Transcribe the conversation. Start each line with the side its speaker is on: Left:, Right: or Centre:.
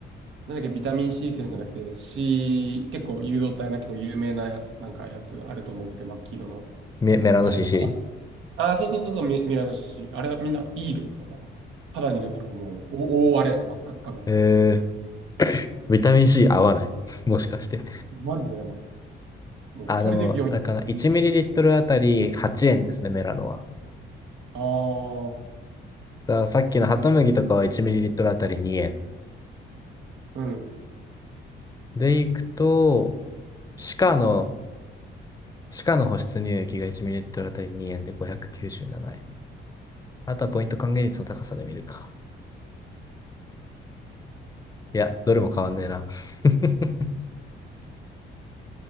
Right: なんだっけ、ビタミン C 線じゃなくて、C、結構誘導体の結構有名な、なんかやつあると思うんだけど、真っ黄色の。
Left: メ、メラノ
Right: あれ、
Left: CC。
Right: ああそうそうそうそう、ミミラノシシ。あれ、みんないいというかさ、肌に塗ったらもう、お大荒れ、真っ赤っかみたいな。
Left: えー、
Right: そうそう。
Left: ビタミン C 合わない <laughs> もしかして。
Right: マジでやばい。もう、
Left: ああ、
Right: それで病院。
Left: でも、あれかな。1ml あたり8円ですね、メラノは。
Right: ああ、
Left: だからさっきのハトムギとかは 1ml あたり2円。
Right: うん。
Left: で、いくと、シカの、シカの保湿乳液が 1ml あたり2円で597円。あとはポイント還元率の高さで見るか。いや、どれも変わんねえな。<laughs>